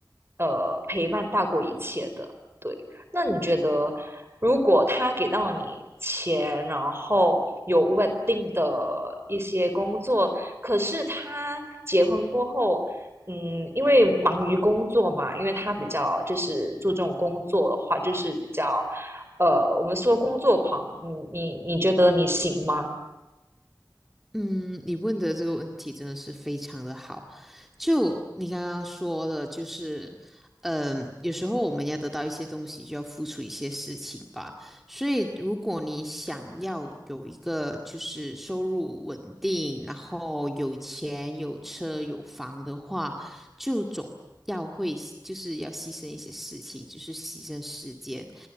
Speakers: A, on the right; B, in the centre.
A: 呃陪伴大过一切的，对。那你觉得，如果他给到你钱，然后有稳定的一些工作，可是他结婚过后，嗯，因为忙于工作嘛，因为他比较就是注重工作的话，就是比较，呃，我们说工作狂，你你你觉得你行吗？
B: 嗯，你问的这个问题真的是非常的好。就你刚刚说的，就是，嗯，有时候我们要得到一些东西，就要付出一些事情吧。所以，如果你想要有一个就是收入稳定，然后有钱、有车、有房的话，就总要会就是要牺牲一些事情，就是牺牲时间。